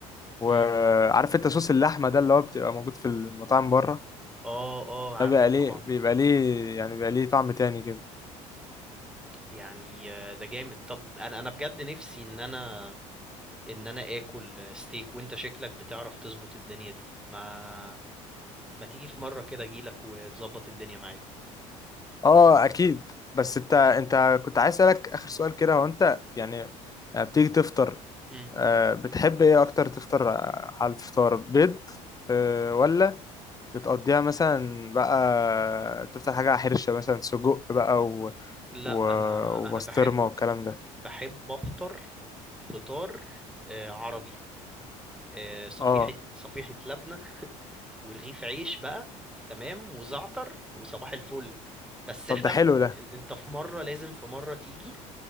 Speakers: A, on the left; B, in the centre.
A: وعارف
B: امم
A: أنت صوص اللحمة ده اللي هو بتبقى موجود في المطاعم بره
B: اه اه عارفه
A: ده بيبقى ليه
B: طبعا
A: بيبقى ليه يعني بيبقى ليه طعم تاني كده
B: يعني آه، ده جامد طب انا انا بجد نفسي ان انا ان انا اكل ستيك وانت شكلك بتعرف تظبط الدنيا دي ما ما تيجي في مرة كده اجيلك وتظبط الدنيا معايا
A: اه اكيد بس انت انت كنت عايز اسالك اخر سؤال كده هو انت يعني لما بتيجي تفطر
B: مم.
A: آه، بتحب ايه اكتر تفطر آه، على الفطار بيض آه، ولا بتقضيها مثلا بقى تفطر حاجة حرشة مثلا سجق بقى و...
B: لا
A: و...
B: انا
A: وبسطرمة
B: انا بحب
A: والكلام ده
B: بحب افطر فطار آه، عربي آه، صفيحة
A: اه
B: صفيحة لبنة <laughs> ورغيف عيش بقى تمام وزعتر وصباح الفل بس
A: طب
B: احنا
A: ده حلو
B: في...
A: ده
B: إن- انت في مرة لازم في مرة تيجي